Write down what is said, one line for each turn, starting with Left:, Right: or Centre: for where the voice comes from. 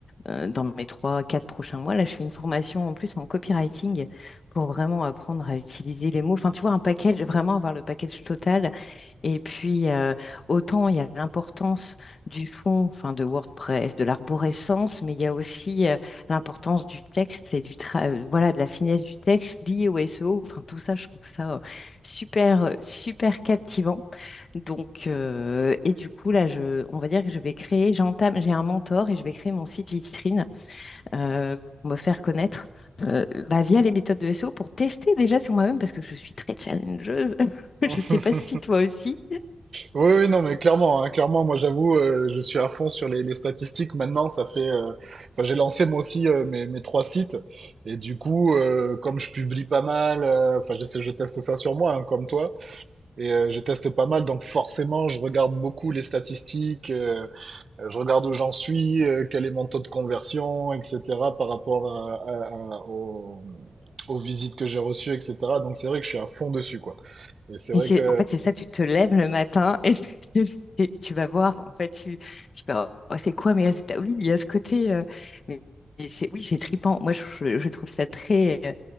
Left: euh, dans mes trois, quatre prochains mois. Là, je fais une formation en plus en copywriting pour vraiment apprendre à utiliser les mots. Enfin, tu vois, un package, vraiment avoir le package total. Et puis, euh, autant il y a l'importance du fond, enfin, de WordPress, de l'arborescence, mais il y a aussi euh, l'importance du texte et du tra- euh, voilà, de la finesse du texte liée au SEO. Enfin, tout ça, je trouve ça euh, super, euh, super captivant. Donc, euh, et du coup, là, je, on va dire que je vais créer, j'entame, j'ai un mentor et je vais créer mon site vitrine euh, pour me faire connaître euh, bah, via les méthodes de SEO pour tester déjà sur moi-même parce que je suis très challengeuse. <laughs> Je
Right: <laughs>
Left: ne sais pas si toi aussi.
Right: Oui, oui, non, mais clairement, hein, clairement, moi j'avoue, euh, je suis à fond sur les, les statistiques maintenant. Ça fait, euh, enfin, j'ai lancé moi aussi euh, mes, mes trois sites, et du coup, euh, comme je publie pas mal, euh, enfin, j'essaie- je teste ça sur moi, hein, comme toi, et euh, je teste pas mal, donc forcément, je regarde beaucoup les statistiques, euh, euh, je regarde où j'en suis, euh, quel est mon taux de conversion, etc., par rapport à, à- à- aux, aux visites que j'ai reçues, etc. Donc c'est vrai que je suis à fond dessus, quoi. Et c'est
Left: Mais
Right: vrai
Left: c'est-
Right: que
Left: en fait, c'est ça, tu te lèves le matin et <laughs> tu, et tu vas voir, en fait, tu, tu fais, Oh, c'est quoi mes résultats? Oui, il y a ce côté, euh, mais mais c'est, oui, c'est trippant. Moi, je, je trouve ça très, euh,